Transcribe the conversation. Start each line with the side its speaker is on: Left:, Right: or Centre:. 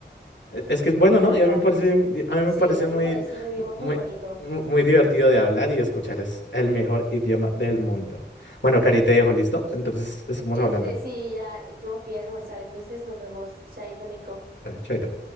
Left: E- Es que es bueno,
Right: la
Left: ¿no?
Right: verdad.
Left: Y a mí me parece, a mí
Right: Sí,
Left: me parece
Right: a mí
Left: muy,
Right: me parece un idioma muy
Left: muy,
Right: bonito.
Left: mu- muy divertido de hablar y escuchar. Es el mejor idioma del mundo. Bueno, Cari, te dejo listo. Entonces, estamos
Right: Este,
Left: hablando.
Right: sí, ya eh, tengo que ir a almorzar, entonces nos vemos. Chaito, Nico.
Left: Vale, chaito.